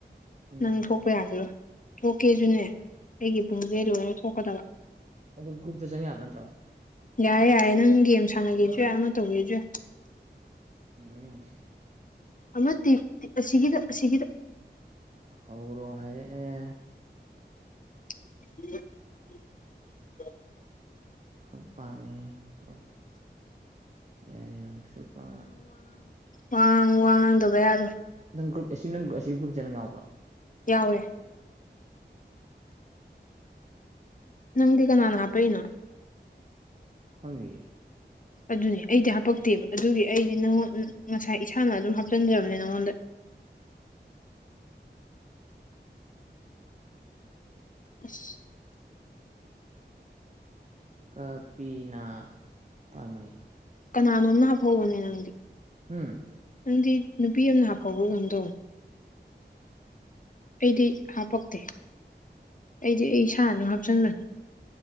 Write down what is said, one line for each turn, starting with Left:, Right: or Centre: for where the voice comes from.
Right: ꯎꯝ
Left: ꯅꯪ ꯊꯣꯛꯄ ꯌꯥꯒꯔꯣꯏ ꯊꯣꯛꯀꯦꯁꯨꯅꯦ ꯑꯩꯒꯤ ꯄꯨꯡꯁꯦ ꯂꯣꯏꯅ ꯊꯣꯛꯀꯗꯕ
Right: ꯑꯗꯣ ꯒꯨꯞꯗ ꯆꯪꯉ ꯍꯥꯅ ꯅꯠꯇ꯭ꯔꯣ
Left: ꯌꯥꯏꯔꯦ ꯌꯥꯏꯔꯦ ꯅꯪ ꯒꯦꯝ ꯁꯥꯟꯅꯒꯦꯁꯨ ꯌꯥꯏ ꯑꯃ ꯇꯧꯒꯦꯁꯨꯏ
Right: ꯎꯝ
Left: ꯑꯃꯗꯤ ꯑꯁꯤꯒꯤꯗ ꯑꯁꯤꯒꯤꯗ
Right: ꯍꯧꯔꯣ ꯍꯥꯏꯔꯛꯑꯦ
Left: ꯎ
Right: ꯈ ꯄꯥꯃꯤ ꯇ ꯌꯥꯔꯤꯅ ꯁꯨ ꯀ
Left: ꯋꯥ ꯉꯥꯡꯉ ꯋꯥ ꯉꯥꯡꯗꯕ ꯌꯥꯔꯣꯏ
Right: ꯅꯪ ꯒ꯭ꯔꯨꯞ ꯑꯁꯤ ꯅꯪ꯭ꯔꯨꯞ ꯑꯁꯤꯒꯤ ꯒ꯭ꯔꯨꯞꯦ ꯅꯪ ꯌꯥꯎꯕ꯭ꯔꯥ
Left: ꯌꯥꯎꯋꯦ ꯅꯪꯗꯤꯀ ꯅꯥꯟ ꯅ ꯄꯅ
Right: ꯍꯒ
Left: ꯑꯗꯨꯅꯦ ꯑꯩꯗꯤ ꯍꯥꯄꯛꯇꯦꯕ ꯑꯗꯨꯒꯤ ꯑꯩꯗꯤ ꯅꯉꯣꯟ ꯉꯁꯥꯏ ꯏꯁꯥꯅ ꯑꯗꯨꯝ ꯍꯥꯞꯆꯤꯟꯖꯕꯅꯦ ꯅꯪꯉꯣꯟꯗ <unintelligible> ꯑꯁ
Right: ꯀꯄꯤꯅꯥ ꯐꯔꯃꯩ
Left: ꯀꯅꯥꯅꯣꯝꯅ ꯍꯥꯞꯐꯧꯕꯅꯦ ꯅꯪꯗꯤ
Right: ꯎꯝ
Left: ꯅꯪꯗꯤ ꯅꯨꯄꯤ ꯑꯃꯅ ꯍꯥꯞꯐꯥꯎꯕ ꯉꯝꯗꯧ ꯑꯩꯗꯤ ꯍꯥꯞꯄꯛꯇꯦ ꯑꯩꯗꯤ ꯑꯩ ꯏꯁꯥ ꯑꯗꯨ ꯍꯥꯞꯆꯟꯕꯅꯤ